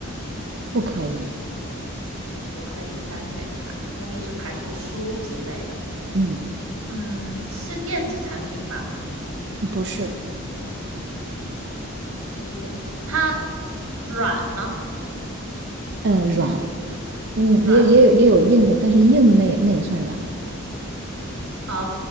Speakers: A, on the right (about 50°); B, on the right (about 85°).
A: 不可以，
B: 不可以翻阅它，那就是排除书籍类的。
A: 嗯，
B: 嗯，是电子产品吗？
A: 不是，
B: 不是这，它软吗？
A: 嗯，软，嗯，
B: 软
A: 也也有也有硬的，但是硬的那也那也算软，
B: 啊